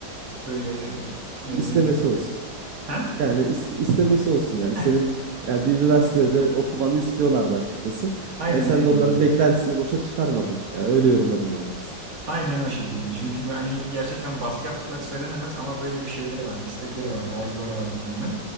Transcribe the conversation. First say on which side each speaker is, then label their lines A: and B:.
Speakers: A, on the right (about 40°); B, on the right (about 65°).
A: böyle ne
B: İstemesi
A: denir ki?
B: olsun.
A: Ha?
B: Yani is- istemesi olsun yani.
A: Heh,
B: Senin yani bir üniversitede okumanı istiyorlardı açıkçası.
A: Aynen
B: Yani sen
A: aynen.
B: de onların beklentisini boşa çıkarmadın. Yani öyle yorumladım ben biraz.
A: Aynen o şekilde. Çünkü hani gerçekten baskı yaptıkları söylenemez ama böyle bir şeyleri vardı, istekleri vardı, arzuları vardı benden.